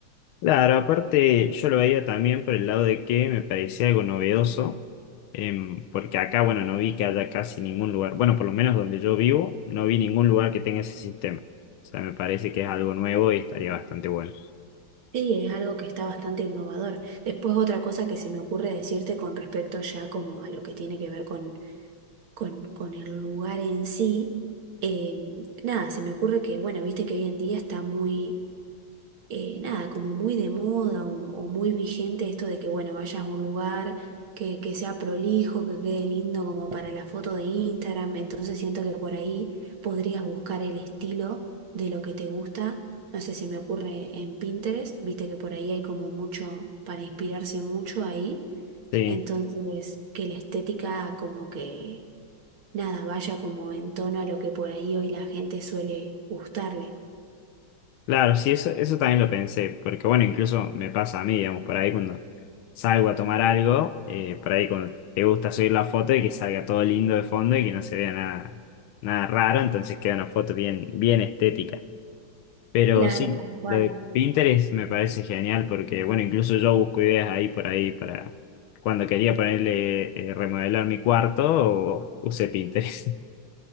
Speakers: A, on the left; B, on the right.
A: Claro, aparte yo lo veía también por el lado de que me parecía algo novedoso, em, porque acá, bueno, no vi que haya casi ningún lugar, bueno, por lo menos donde yo vivo, no vi ningún lugar que tenga ese sistema. O sea, me parece que es algo nuevo y estaría bastante bueno.
B: Sí, es algo que está bastante innovador. Después otra cosa que se me ocurre decirte con respecto ya como a lo que tiene que ver con, con, con el lugar en sí. em, nada, se me ocurre que, bueno, viste que hoy en día está muy eh, nada, como muy de moda o, o muy vigente esto de que, bueno, vayas a un lugar que, que sea prolijo, que quede lindo como para la foto de Instagram. Entonces siento que por ahí podrías buscar el estilo de lo que te gusta. No sé, se me ocurre en Pinterest, viste que por ahí hay como mucho para inspirarse mucho ahí.
A: Sí.
B: Entonces, que la estética como que, nada, vaya como en tono a lo que por ahí hoy la gente suele gustarle.
A: Claro, sí, eso, eso también lo pensé, porque bueno, incluso me pasa a mí, digamos, por ahí cuando salgo a tomar algo, eh, por ahí cuando te gusta subir la foto y que salga todo lindo de fondo y que no se vea nada, nada raro, entonces queda una foto bien, bien estética. Pero
B: Claro,
A: sí,
B: tal cual.
A: lo de Pinterest me parece genial porque bueno, incluso yo busco ideas ahí por ahí para cuando quería ponerle, eh, remodelar mi cuarto, o usé Pinterest.